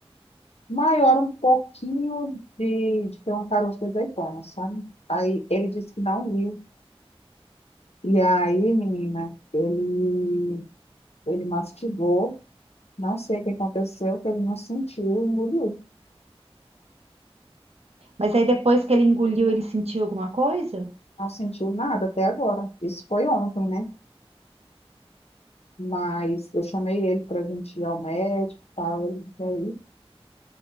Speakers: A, on the left; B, on the right.
A: maior um pouquinho de, de ter um caroço de azeitona, sabe? Aí ele disse que não viu. E aí, menina, ele, ele mastigou, não sei o que aconteceu, que ele não sentiu, engoliu.
B: Mas aí depois que ele engoliu, ele sentiu alguma coisa?
A: Não sentiu nada até agora. Isso foi ontem, né? Mas eu chamei ele para vir ir ao médico e tal. Ele veio